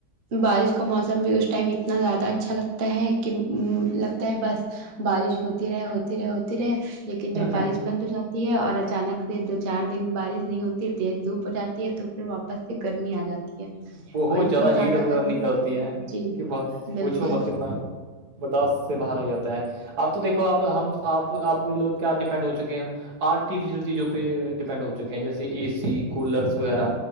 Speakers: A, on the right; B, on the right.
A: بارش کا موسم بھی اس ٹائم اتنا زیادہ اچھا لگتا ہے کہ لگتا ہے بس بارش ہوتی رہے ہوتی رہے ہوتی رہے لیکن
B: سے
A: جب بارش بند ہو جاتی ہے اور اچانک سے چار دن بارش نہیں ہوتی تیز دھوپ ہو جاتی ہے تو پھر واپس سے گرمی آ جاتی ہے
B: بہت
A: اور اتنی
B: زیادہ ہیٹ وغیرہ
A: گرمی
B: نکلتی ہے
A: جی
B: کہ بس
A: بالکل
B: پوچھو مت کتنا برداشت سے باہر ہو جاتا ہے اب تو دیکھو آپ ہم آپ آپ لوگ کیا ڈیپینڈ ہو چکے ہیں ارٹیفیشل چیزوں پہ ڈیپینڈ ہو چکے ہیں جیسے اے سی کولرس وغیرہ